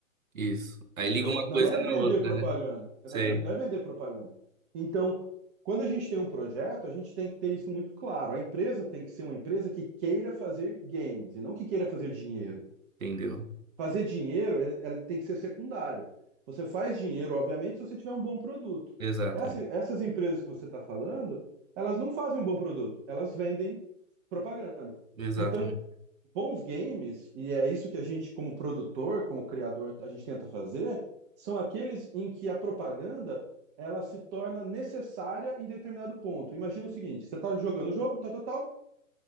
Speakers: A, on the right (about 80°); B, on the right (about 20°).
A: Isso. Aí
B: Entendeu?
A: liga uma
B: Não
A: coisa
B: é
A: na
B: vender
A: outra,
B: propaganda.
A: né?
B: Exatamente,
A: Sei.
B: não é vender propaganda. Então, quando a gente tem um projeto, a gente tem que ter isso muito claro. A empresa tem que ser uma empresa que queira fazer games e não que queira fazer dinheiro.
A: Entendeu?
B: Fazer dinheiro, ele- ela tem que ser secundário. Você faz dinheiro, obviamente, se você tiver um bom produto.
A: Exatamente.
B: Essa- essas empresas que você está falando, elas não fazem um bom produto, elas vendem propaganda.
A: Exatamente.
B: Então, bons games, e é isso que a gente, como produtor, como criador, a gente tenta fazer, são aqueles em que a propaganda ela se torna necessária em determinado ponto. Imagina o seguinte: você está jogando o jogo, tal, tal, tal,